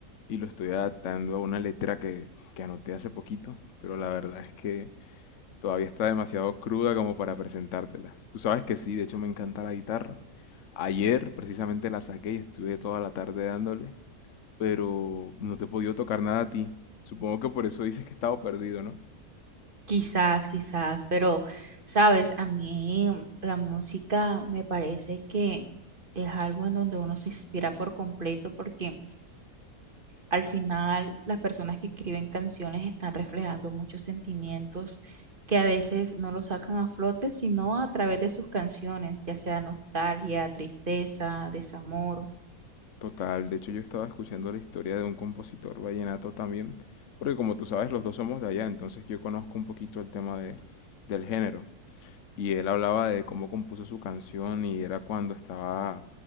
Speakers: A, on the left (about 60°); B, on the right (about 35°).
A: y lo estoy adaptando a una letra que, que anoté hace poquito, pero la verdad es que todavía está demasiado cruda como para presentártela. Tú sabes que sí, de hecho me encanta la guitarra. Ayer precisamente la saqué y estuve toda la tarde dándole. pero no te he podido tocar nada a ti. Supongo que por eso dices que he estado perdido, ¿no?
B: Quizás, quizás, pero sabes, a mí la música me parece que es algo en donde uno se inspira por completo porque al final las personas que escriben canciones están reflejando muchos sentimientos que a veces no los sacan a flote, sino a través de sus canciones, ya sea nostalgia, tristeza, desamor.
A: Total, de hecho yo estaba escuchando la historia de un compositor vallenato también, porque como tú sabes, los dos somos de allá, entonces yo conozco un poquito el tema de, del género. Y él hablaba de cómo compuso su canción y era cuando estaba